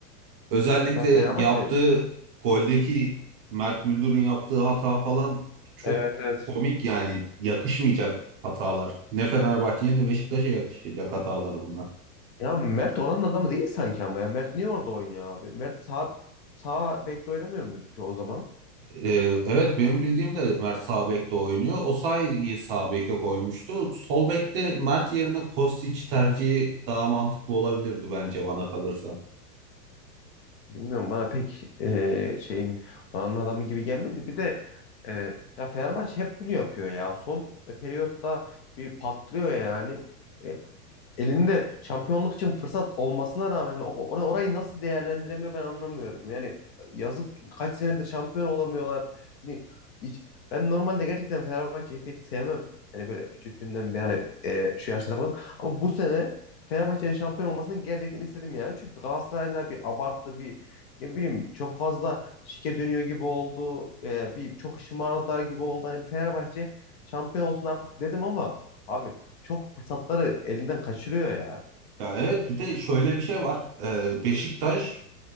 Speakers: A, on the right; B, on the left.
A: Özellikle
B: Ya Fenerbahçe.
A: yaptığı goldeki Mert Müldür'ün yaptığı hata falan çok
B: Evet evet.
A: komik yani yakışmayacak hatalar. Ne Fenerbahçe'ye ne Beşiktaş'a yakışacak hatalar bunlar.
B: Ya Mert oranın adamı değil sanki ama ya. Mert niye orada oynuyor abi? Mert sağ, sağ bekte oynamıyor muydu ki o zaman?
A: Ee, evet benim bildiğim de Mert sağ bekte oynuyor. Osayi'yi sağ beke koymuştu. Sol bekte Mert yerine Kostić tercihi daha mantıklı olabilirdi bence bana kalırsa.
B: Bilmiyorum bana pek e, şeyin oranın adamı gibi gelmedi. Bir de e, ya Fenerbahçe hep bunu yapıyor ya. Son periyotta bir patlıyor yani. E, elinde şampiyonluk için fırsat olmasına rağmen o- or- orayı nasıl değerlendiremiyor ben anlamıyorum. Yani yazık kaç senedir şampiyon olamıyorlar. Hani hiç- ben normalde gerçekten Fenerbahçe'yi pek sevmem. yani böyle küçüklüğümden beri hani e, şu yaşlara kadar. Ama bu sene Fenerbahçe'nin şampiyon olmasını gerçekten istedim yani. Çünkü Galatasaray'la bir abarttı bir ne bileyim çok fazla şike dönüyor gibi oldu. E, bir çok şımardılar gibi oldu. Hani bir Fenerbahçe şampiyon olsun artık dedim ama abi çok fırsatları elinden kaçırıyor ya.
A: Ya evet bir de şöyle bir şey var. Ee, Beşiktaş